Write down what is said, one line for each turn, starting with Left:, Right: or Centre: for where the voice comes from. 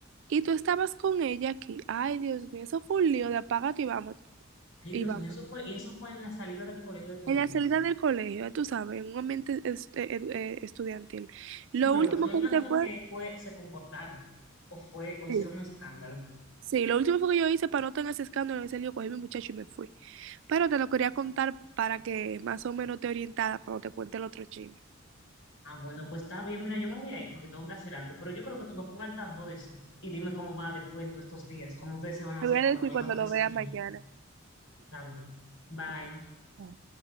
Right: y tú estabas con ella aquí. Ay, Dios mío, eso fue un lío de apágate y vamos,
Left: Ay,
Right: y
Left: Dios
Right: vamos.
Left: mío, eso fue, y eso fue en la salida del colegio de tu
Right: En
Left: hijo.
Right: la salida del colegio, tú sabes, en un ambiente est- eh, eh, estudiantil.
Left: Sí,
Right: Lo
Left: pero
Right: último
Left: yo imagino
Right: que hice fue...
Left: que fue, se comportaron o fue, o hicieron
Right: Sí.
Left: un escándalo.
Right: Sí, lo último fue que yo hice para no tener ese escándalo, en ese lío, cogí a mi muchacho y me fui. Pero te lo quería contar para que más o menos te orientara cuando te cuente el otro chisme.
Left: Ah, bueno, pues está bien. Mira, yo me voy a ir porque tengo que hacer algo, pero yo creo que tú me pongas al tanto de eso y dime cómo va después en todos estos días, cómo ustedes se van a hacer
Right: Te voy a
Left: cuando
Right: decir
Left: vayan
Right: cuando
Left: a buscar
Right: lo
Left: a esos
Right: vea
Left: niños.
Right: mañana.
Left: Está bien. Bye.
Right: Dije, ah.